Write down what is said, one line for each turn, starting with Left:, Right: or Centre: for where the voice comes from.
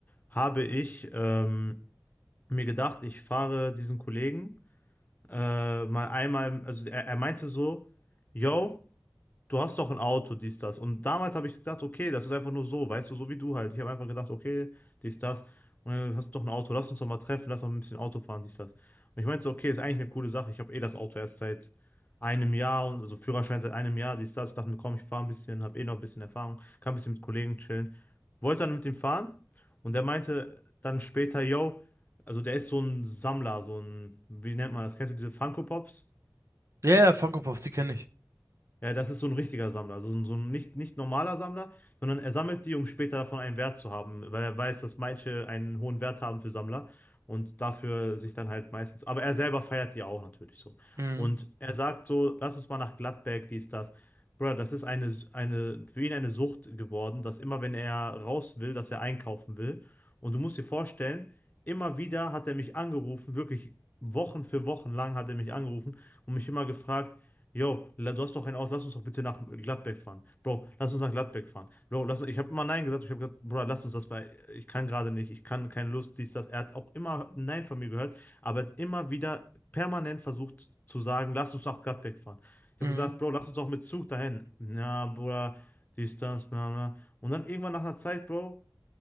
Left: habe ich ähm, mir gedacht, ich fahre diesen Kollegen. äh, mal einmal, also er, er meinte so, yo, du hast doch ein Auto, dies, das. Und damals habe ich gedacht, okay, das ist einfach nur so, weißt du, so wie du halt. Ich habe einfach gedacht, okay, dies, das. Und dann hast du doch ein Auto, lass uns doch mal treffen, lass doch ein bisschen Auto fahren, dies, das. Und ich meinte so, okay, ist eigentlich eine coole Sache. Ich habe eh das Auto erst seit einem Jahr, und also Führerschein seit einem Jahr, dies, das. Ich dachte mir, komm, ich fahre ein bisschen, habe eh noch ein bisschen Erfahrung, kann ein bisschen mit Kollegen chillen. Wollte dann mit ihm fahren und er meinte dann später, yo, also der ist so ein Sammler, so ein, wie nennt man das? Kennst du diese Funko Pops?
Right: Ja, ja, Funko Pops, die kenne ich.
Left: Ja, das ist so ein richtiger Sammler, also so ein, so ein nicht, nicht normaler Sammler, sondern er sammelt die, um später davon einen Wert zu haben, weil er weiß, dass manche einen hohen Wert haben für Sammler und dafür sich dann halt meistens. Aber er selber feiert die auch natürlich so.
Right: Mhm.
Left: Und er sagt so, lass uns mal nach Gladbeck, dies, das. Bruder, das ist eine, eine, für ihn eine Sucht geworden, dass immer, wenn er raus will, dass er einkaufen will. Und du musst dir vorstellen, immer wieder hat er mich angerufen, wirklich Wochen für Wochen lang hat er mich angerufen und mich immer gefragt, Yo, la- du hast doch ein Auto, lass uns doch bitte nach Gladbeck fahren. Bro, lass uns nach Gladbeck fahren. Bro, lass, ich habe immer Nein gesagt. Ich habe gesagt, Bro, lass uns das bei. Ich kann gerade nicht, ich kann keine Lust, dies, das. Er hat auch immer Nein von mir gehört, aber hat immer wieder permanent versucht zu sagen, lass uns nach Gladbeck fahren. Ich
Right: Mhm.
Left: habe gesagt, Bro, lass uns doch mit Zug dahin. Na, Bruder, dies, das, bla, bla. Und dann irgendwann nach einer Zeit, Bro,